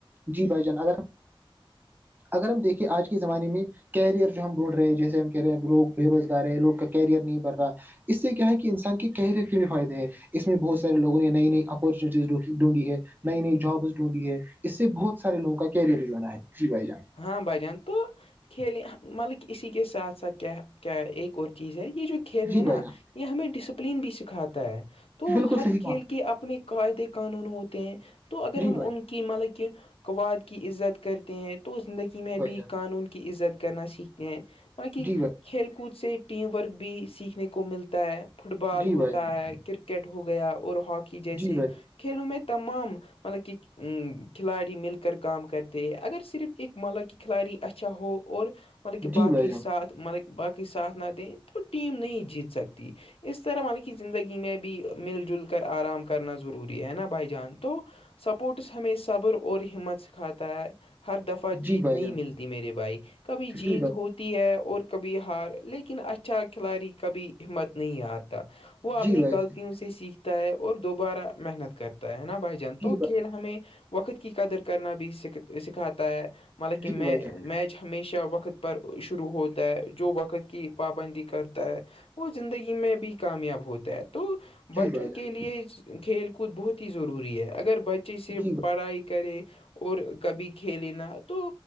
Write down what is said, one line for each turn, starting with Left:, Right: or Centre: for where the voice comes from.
Right: جی بھائی جان اگر
Left: <inaudible>
Right: اگر ہم دیکھیں آج کے زمانے میں کیریئر جو ہم ڈونڈ رہے جیسے ہم کہہ رہے ہیںوگ بے روزگار ہے لوگ کا کیریئر نہیں بھر رہا اس سے کیا ہے کہ انسان کے کیریئر کے بھی فائدے ہے اس میں بہت سارے لووں نے نئی نئی اپورچونیٹیز رک ڈھونڈی ہے نئی نئی جابس ڈھونڈی ہے اس سے بہت سارے لگوں کا کیریئر بھی جانا ہے جی بھائی جان
Left: ہاں بھائی جان کھیلے مطلب اسی کے ساتھ ساتھ کیا کیا ایک اور چیز ہے یہ جو کھیل
Right: جی
Left: ہے
Right: بھائی
Left: نا
Right: جان
Left: یہ ہمیں ڈسپلین بھی سکھاتا ہے تو
Right: بالکل
Left: ہر
Right: صحیح کہا
Left: کھیل کے اپنے قاعدے قانون ہوتے ہیں تو اگر
Right: جی
Left: ہم
Right: بھائی
Left: ان کی مطلب کہ قواد کی عزت کرتے ہیں تو زندگی میں بھی
Right: جان
Left: قانون کی عزت کرن سے کی بقہ
Right: جی بھائی
Left: کھیل کود سے ٹیم ورک بھی سیکھنے کو ملتا ہے فٹ بال
Right: جان جی
Left: ہوتا ہے کرکٹ ہو گیا اور ہاکی جیسے
Right: بھائی
Left: کھیلوں میں تمام مطلب کہ کھلاڑی مل کر کام کرتے ہیں اگر صرف ایک مطلب کہ کھلاڑی اچھا ہو اور مطلب کہ
Right: جی
Left: باقی
Right: بھائی جان
Left: ساتھ مطلب باقی ساتھ نہ دیں تو ٹیم نہیں جیت سکتی اس طرح ملکی زندگی میںب بھی مل جل کر آرام کرنا ضروری ہے نا بھائی جان تو سپورٹس ہمیں صبر اور ہمت سکھاتا ہے ہر دفعہ جیت
Right: جی بھائی
Left: نہیں
Right: جان
Left: ملتی میرے بھائی کبھی جیت
Right: جی بھائی
Left: ہو تی ہے اور کبھی ہار لیکن اچھا کھلاڑی کبھی ہمت نہیں ہارتا وہ اپنی
Right: جی بھائی
Left: غلطیوں
Right: جان
Left: سے سیکھتا ہے اور دوبارہ محنت کرتا ہے نا بھائی جان
Right: جی
Left: تو
Right: بھائی
Left: کھیل ہمیں وقت کی قدر کرنا بھی س سکھاتا ہے مطلب کہ
Right: جی
Left: میں
Right: بھائی جان
Left: میچ ہمیشہ وقت پر شروع ہوتا ہے جو وقت کی پابندی کرتا ہے وہ زندگی میں بھی کامیاب ہوتا ہے تو
Right: جی
Left: بچوں
Right: بھائی جی بھائی جان
Left: کے لیے کھیل کود بہت ہی ضروری ہے اگر بچے صرف
Right: جی بھائی جی جی بھائی جان جی بھائی
Left: پڑھائی کرے اور کبھی کھیلینا تو